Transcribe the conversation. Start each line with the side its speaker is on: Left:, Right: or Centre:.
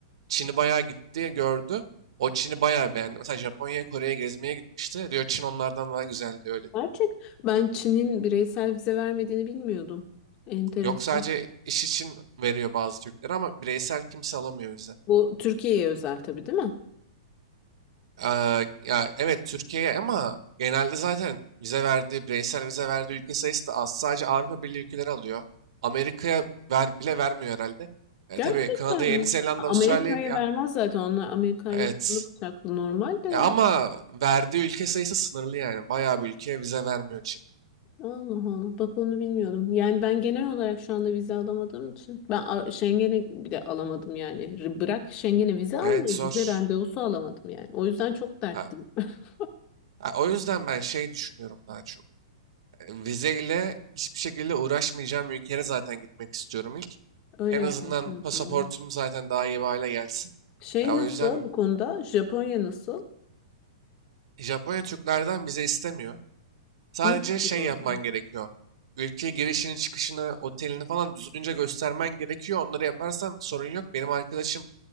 Right: Çin'i bayağı gitti gördü. O Çin'i bayağı beğendi. Mesela Japonya'ya, Kore'ye gezmeye gitmişti. Diyor Çin onlardan daha güzel diyor öyle
Left: Gerçek.
Right: değil.
Left: Ben Çin'in bireysel vize vermediğini bilmiyordum. Enteresan.
Right: Yok sadece iş için veriyor bazı Türkleri ama bireysel kimse alamıyor vize.
Left: Bu Türkiye'ye özel tabii değil mi?
Right: Eee, ya evet Türkiye'ye ama genelde zaten vize verdiği, bireysel vize verdiği ülke sayısı da az. Sadece Avrupa Birliği ülkeleri alıyor. Amerika'ya ver, bile vermiyor herhalde. E,
Left: Gerçekten
Right: tabii Kanada, Yeni
Left: mi?
Right: Zelanda,
Left: Amerika'ya
Right: Avustralya ya,
Left: vermez zaten onlar Amerika
Right: evet.
Left: ile kanlı bıçaklı normal de yani.
Right: Ya ama verdiği ülke sayısı sınırlı yani. Bayağı bir ülkeye vize vermiyor için.
Left: Allah Allah bak onu bilmiyordum. Yani ben genel olarak şu anda vize alamadığım için ben A- Schengen'e bile alamadım yani. R- Bırak Schengen'e vize almayı
Right: Evet zor.
Left: vize randevusu alamadım yani. O yüzden çok dertliyim.
Right: Ha,
Left: <laughs>
Right: ha, o yüzden ben şey düşünüyorum daha çok. Vizeyle hiçbir şekilde uğraşmayacağım ülkelere zaten gitmek istiyorum ilk.
Left: Öyle
Right: En
Left: yapmak
Right: azından
Left: lazım
Right: pasaportum
Left: ya.
Right: zaten daha iyi bir hale gelsin.
Left: Şey
Right: Ya
Left: nasıl
Right: o yüzden
Left: bu konuda? Japonya nasıl?
Right: Japonya Türklerden vize istemiyor. Sadece
Left: Mis
Right: şey
Left: gibi oradan.
Right: yapman gerekiyor. Ülkeye girişini, çıkışını, otelini falan düzgünce göstermen gerekiyor. Onları yaparsan sorun yok. Benim arkadaşım